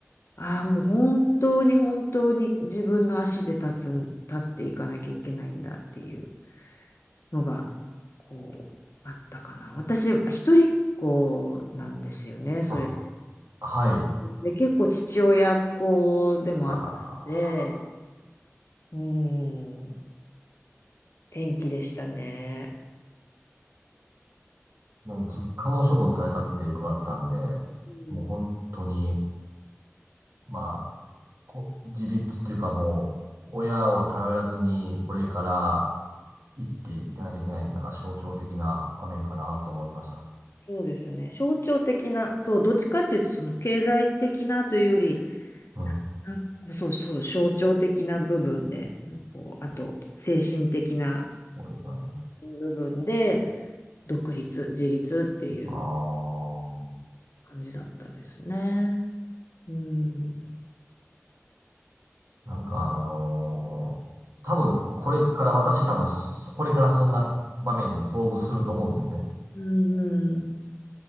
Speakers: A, on the left; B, on the right.
A: ああ、もう本当に本当に自分の足で立つん、立っていかなきゃいけないんだっていう。のが、こう、あったかな。私、一人っ子なんですよね、それで。
B: あ、はい。
A: で結構父親っ子でもあったので、
B: あらー。
A: うん、天気でしたね。
B: もう実家も処分されたって伺ったんで、
A: うん、
B: もう本当に、まあ、こ自立っていうかもう、親を頼らずに、これから生きていかなきゃいけない、なんか象徴的な場面かなと思いました。
A: そうですね。象徴的な、そう、どっちかっていうと、その経済的なというより、
B: うん。
A: なんかそうそう、象徴的な部分で、なんかこう、あと、精神的な
B: そうですよね。
A: 部分で、独立、自立っていう
B: ああ、
A: 感じだったですね。うん。
B: なんかあのー多分これから、私多分そ、これからそんな場面に遭遇すると思うんですね。
A: うんうん。